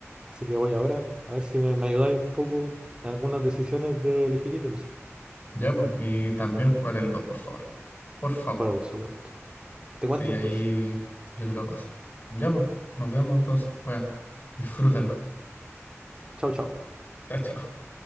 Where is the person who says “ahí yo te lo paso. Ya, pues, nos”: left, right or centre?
Left